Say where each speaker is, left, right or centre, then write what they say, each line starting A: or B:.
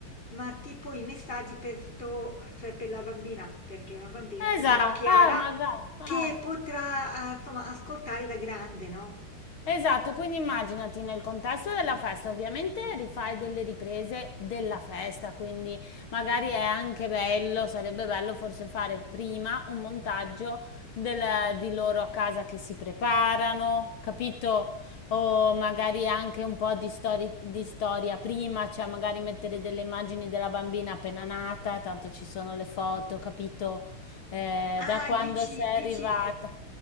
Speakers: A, on the left; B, on the left.
A: ma tipo i messaggi per, sto, cioè per la bambina, perché una bambina si
B: esatto,
A: chiama Chiara,
B: ah, magari,
A: che
B: ah.
A: potrà ah, insomma, ascoltare da grande, no?
B: Esatto, quindi immaginati nel contesto della festa, ovviamente rifai delle riprese della festa, quindi magari è anche bello, sarebbe bello forse fare prima un montaggio del- di loro a casa che si preparano, capito? O magari anche un po' di, stori- di storia prima, cioè magari mettere delle immagini della bambina appena nata, tanto ci sono le foto, capito? Eh,
A: Ah,
B: da quando
A: dici,
B: sei
A: dici,
B: arrivata.
A: eh,